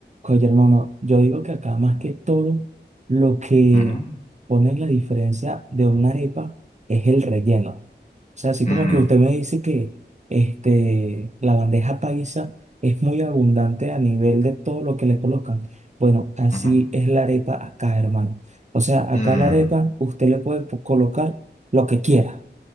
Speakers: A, on the right (about 40°); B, on the left (about 40°).
A: Oye, hermano, yo digo que acá más que todo lo que
B: Ujú,
A: pone la diferencia de una arepa es el relleno. O sea, así
B: mm,
A: como que usted me dice que este, la bandeja paisa es muy abundante a nivel de todo lo que le colocan. Bueno, así
B: ujú,
A: es la arepa acá, hermano. O sea, acá
B: mm,
A: la arepa usted le puede po- colocar lo que quiera